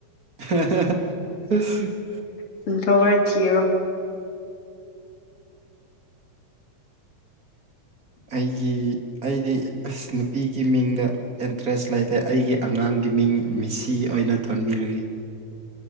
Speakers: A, on the right; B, on the left.
A: <inaudible>
B: ꯁꯤ ꯊ ꯋꯥꯔ ꯊꯤꯔꯣ
A: ꯑꯩꯒꯤ ꯑꯩꯗꯤ ꯑꯁ ꯅꯨꯄꯤꯒꯤ ꯃꯤꯡꯗ ꯏꯟꯇꯔꯦꯁ ꯂꯩꯇꯦ ꯑꯩꯒꯤ ꯑꯉꯥꯡꯒꯤ ꯃꯤꯡ ꯃꯤꯁꯤ ꯑꯣꯏꯅ ꯊꯣꯟꯕꯤꯔꯒ